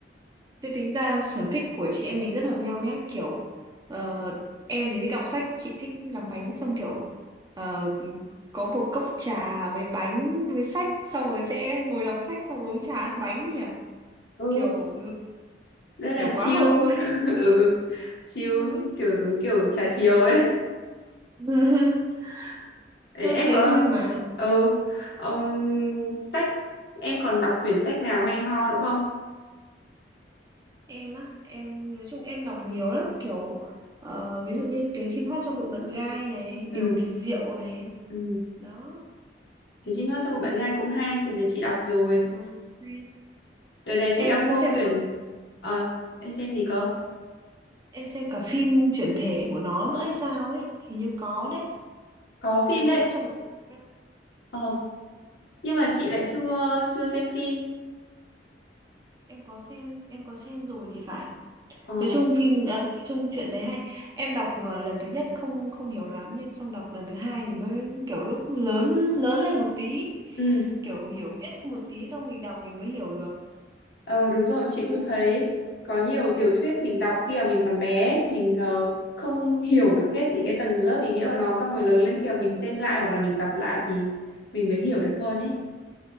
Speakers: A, on the right; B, on the left.
A: thế tính ra sở thích của chị em mình rất hợp nhau nhá kiểu ờ, em thì thích đọc sách chị thích làm bánh xong kiểu ờ, có một cốc trà với bánh với sách xong rồi sẽ ngồi đọc sách xong uống trà ăn bánh ấy nhỉ
B: ừ
A: kiểu
B: rất là
A: kiểu
B: chill
A: quá hợp luôn
B: <laughs>
A: ấy
B: ừ chill
A: Yêu ấy.
B: kiểu giống kiểu trà chiều ấy
A: <laughs>
B: Đấy,
A: Ờ,
B: em
A: thế
B: có
A: vui mà
B: ừ ông sách em còn đọc quyển sách nào hay ho nữa không
A: em á em nói chung em đọc nhiều lắm kiểu ờ, ví dụ như tiếng chim hót trong bụi mận gai này
B: ừ
A: điều kỳ diệu này
B: ừ
A: đó
B: Chú chim hót trong bạn
A: Ừ,
B: Ngai cũng hay quyển này chị đọc rồi
A: ờ, hay.
B: đợt này chị
A: em
B: đang mua
A: cũng xem
B: quyển ờ em xem gì cơ
A: em xem cả phim chuyển thể của nó nữa hay sao ấy hình như có đấy
B: có phim
A: tiếng
B: đấy
A: chim hót trong bụi Mận Gai.
B: ờ
A: Ừ,
B: nhưng mà chị lại chưa chưa xem phim
A: em có xem em có xem rồi thì phải
B: ờ
A: nói chung phim à, nói chung chuyện đấy hay em đọc à, lần thứ nhất không không hiểu lắm nhưng xong đọc lần thứ hai thì mới kiểu lúc lớn lớn lên một tí
B: ừ
A: kiểu hiểu biết hơn một tí xong mình đọc mình mới hiểu được
B: ờ đúng rồi
A: chứ
B: chị cũng thấy có nhiều tiểu thuyết mình đọc khi mà mình còn bé ấy, mình ờ, không hiểu được hết những cái tầng lớp ý nghĩa của nó xong rồi lớn lên khi mà mình xem lại hoặc là mình đọc lại thì mình mới hiểu được hơn ấy